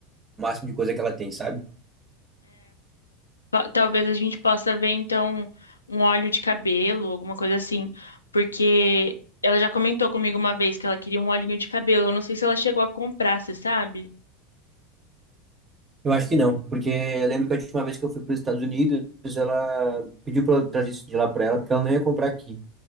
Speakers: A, on the right; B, on the left.
A: máximo de coisa que ela tem, sabe?
B: Pa- Talvez a gente possa ver, então, um óleo de cabelo, alguma coisa assim. Porque ela já comentou comigo uma vez que ela queria um olhinho de cabelo. Eu não sei se ela chegou a comprar, você sabe?
A: Eu acho que não, porque eu lembro que a última vez que eu fui para os Estados Unidos, ela pediu para eu trazer isso de lá para ela, porque ela não ia comprar aqui.